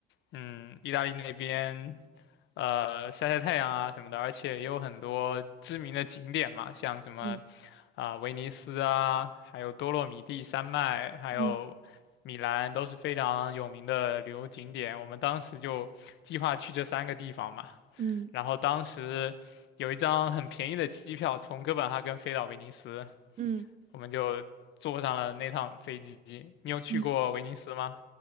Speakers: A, on the left; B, on the right.
A: 嗯，意大利那边，呃，晒晒太阳啊什么的。而且也有很多知名的景点嘛，像什么
B: 嗯
A: 啊、威尼斯啊，还有多洛米蒂山脉，还有米兰，
B: 嗯
A: 都是非常有名的旅游景点。我们当时就计划去这三个地方嘛。
B: 嗯
A: 然后当时有一张很便宜的机票从哥本哈根飞到威尼斯，
B: 嗯
A: 我们就坐上了那趟飞机。你有去过威尼斯吗？
B: 嗯，